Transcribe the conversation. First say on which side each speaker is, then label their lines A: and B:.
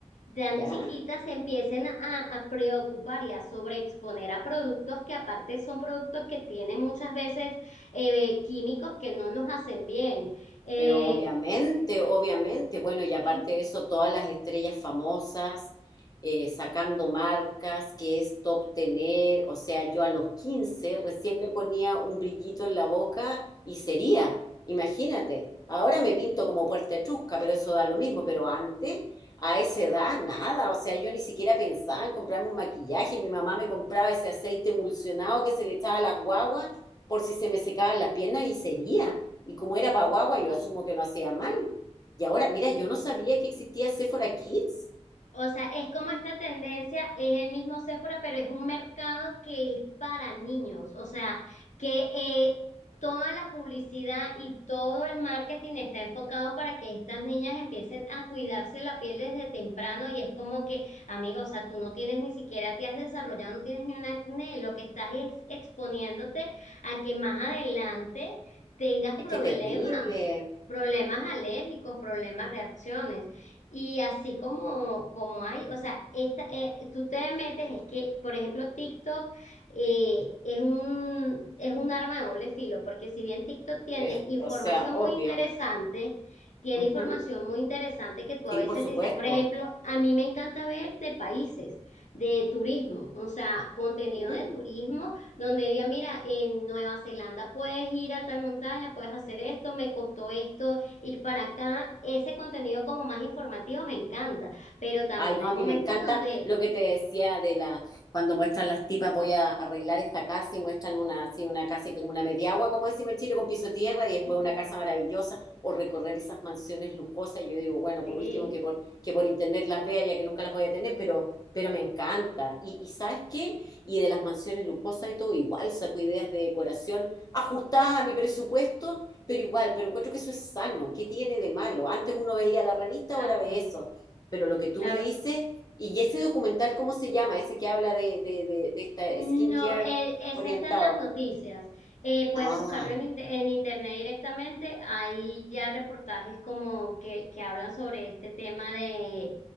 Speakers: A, on the left; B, on the left.
A: tan
B: ¿ya?
A: chiquitas se empiecen a, a preocupar y a sobreexponer a productos que aparte son productos que tienen muchas veces eh, químicos que no nos hacen bien. Eh,
B: Pero obviamente, obviamente, bueno, y aparte
A: y,
B: de eso, todas las estrellas famosas, eh, sacando marcas, que es top tener, o sea, yo a los 15 recién me ponía un brillito en la boca y sería, imagínate, ahora me pinto como puerta etrusca, pero eso da lo mismo, pero antes, a esa edad, nada, o sea, yo ni siquiera pensaba en comprarme un maquillaje, mi mamá me compraba ese aceite emulsionado que se le echaba a las guaguas por si se me secaban las piernas y sería. Y como era Paguagua,
A: sí.
B: yo asumo que no hacía mal. Y ahora, mira, yo no sabía que existía Sephora Kids.
A: O sea, es como esta tendencia, es el mismo Sephora, pero es un mercado que es para niños. O sea, que eh, toda la publicidad y todo el marketing está enfocado para que estas niñas empiecen a cuidarse la piel desde temprano. Y es como que, amigo, o sea, tú no tienes ni siquiera, te has desarrollado, no tienes ni un acné. Lo que estás es exponiéndote a que más adelante tengas
B: Ay,
A: problemas,
B: qué terrible.
A: problemas alérgicos, problemas, reacciones. Y así como, como hay, o sea, esta, eh, tú te metes, es que, por ejemplo, TikTok eh, es un, es un arma de doble filo, porque si bien TikTok tiene
B: Eh,
A: información
B: o sea, obvio.
A: muy interesante, tiene
B: Ujú.
A: información muy interesante que tú
B: Sí,
A: a veces
B: por supuesto.
A: dices, por ejemplo, a mí me encanta ver de países, de turismo, o sea, contenido
B: Mm.
A: de turismo, donde diga, mira, en Nueva Zelanda puedes ir a tal montaña, puedes hacer esto, me costó esto ir para acá. Ese contenido como más informativo me encanta, pero también
B: Ay, no,
A: hay
B: a
A: momentos
B: mí me encanta
A: donde...
B: lo que te decía de la, cuando muestran las tipas, voy a arreglar esta casa y muestran una, así una casa que es una mediagua, como decimos en Chile, con piso de tierra y después
A: <laughs>
B: una casa maravillosa, o recorrer esas mansiones lujosas. Yo digo, bueno,
A: Sí,
B: por último que por, que por internet las vea, ya que nunca las voy a tener, pero, pero me encanta. Y, y ¿sabes qué? Y de las mansiones lujosas y todo, igual saco ideas de decoración ajustada a mi presupuesto, pero igual, pero encuentro que eso es sano. ¿Qué tiene de malo? Antes uno veía la
A: exacto.
B: revista, ahora ve eso pero lo que tú
A: Claro,
B: me dices, y ese documental, ¿cómo se llama? Ese que habla de, de, de, de esta
A: No,
B: skincare
A: eh, esa
B: orientado.
A: está en las noticias. Eh, puedes
B: Ah,
A: buscarlo en, inte- en internet directamente. Hay ya reportajes como que, que hablan sobre este tema de...